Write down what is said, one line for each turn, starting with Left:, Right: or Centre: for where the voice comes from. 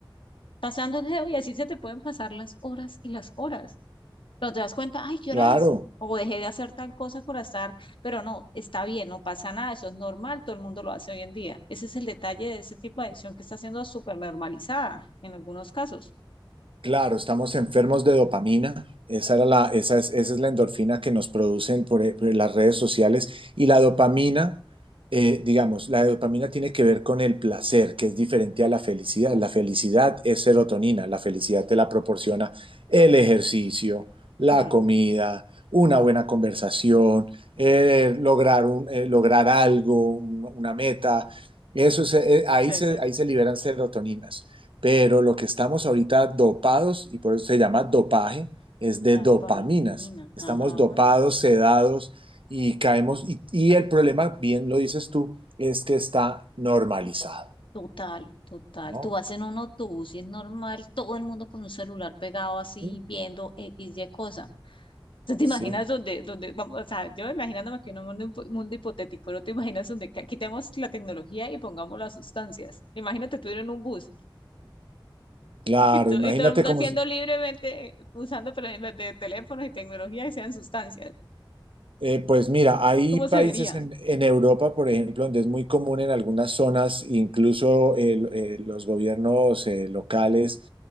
Left: pasando el dedo y así se te pueden pasar las horas y las horas. Pero te das cuenta, ay, ¿qué
Right: Claro.
Left: hora es? O dejé de hacer tal cosa por estar, pero no, está bien, no pasa nada, eso es normal, todo el mundo lo hace hoy en día. Ese es el detalle de ese tipo de adicción que está siendo súper normalizada en algunos casos.
Right: Claro, estamos enfermos de dopamina. Esa era la, esa es, esa es la endorfina que nos producen por, eh, por las redes sociales. Y la dopamina, eh, digamos, la dopamina tiene que ver con el placer, que es diferente a la felicidad. La felicidad es serotonina. La felicidad te la proporciona el ejercicio, la
Left: Mm,
Right: comida, una buena conversación, eh, lograr un- eh, lograr algo, un- una meta. Eso se- eh, ahí
Left: sí,
Right: se,
Left: sí.
Right: ahí se liberan serotoninas. Pero lo que estamos ahorita dopados, y por eso se llama dopaje, es de
Left: La
Right: dopaminas.
Left: dopamina,
Right: Estamos
Left: ajá.
Right: dopados, sedados y caemos. Y, y el problema, bien lo dices tú, es que está normalizado,
Left: Total, total.
Right: ¿no?
Left: Tú vas en un autobús y es normal todo el mundo con un celular pegado así
Right: Sí,
Left: viendo X, Y cosa. ¿Tú te
Right: sí.
Left: imaginas donde, donde, vamos, o sea, yo imaginándome que en un mundo, hipo- mundo hipotético, ¿no te imaginas donde ca- quitemos la tecnología y pongamos las sustancias? Imagínate tú ir en un bus
Right: Claro,
Left: y, to-
Right: imagínate
Left: y todo el mundo
Right: cómo,
Left: haciendo libremente, usando pero en vez de teléfonos y tecnología y sean sustancias.
Right: Eh, pues mira, hay
Left: ¿Cómo
Right: países
Left: se vería?
Right: en, en Europa, por ejemplo, donde es muy común en algunas zonas, incluso el- eh, los gobiernos eh, locales,